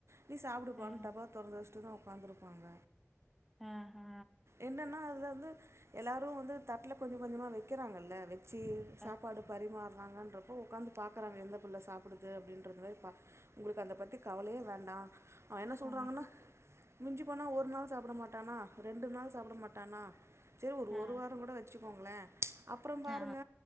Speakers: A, on the right; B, in the centre.
A: நீ சாப்டுப்பானு
B: ஆ
A: டப்பாவ தொறந்து வச்சுட்டுதா ஒக்காந்ருப்பாங்க
B: அ ஹ
A: என்னன்னா அதுல வந்து எல்லாரு வந்து தட்ல கொஞ்ச கொஞ்சமா வெக்கறாங்கல்ல வெக் ச்சி சாப்பாடு
B: ஆ
A: பரிமாற்றாங்கன்றப்போ ப்போ ஒக்காந்து பாக்றாங்க எந்த புள்ள சாப்டுது அப்டின்றது மாரி பா ஒங்களுக்கு அத பத்தி கவலயே வேண்டா அவெ என்ன சொல்றாங்கன்னா
B: ஆ
A: மிஞ்சி போனா ஒரு நாள் சாப்ட மாட்டானா ரெண்டு நாள் சாப்ட மாட்டானா செரி ஒரு
B: ஆ
A: ஒரு வாரங்கூட வச்சுக்கோங்களே அப்றோ பாருங்க
B: ஆ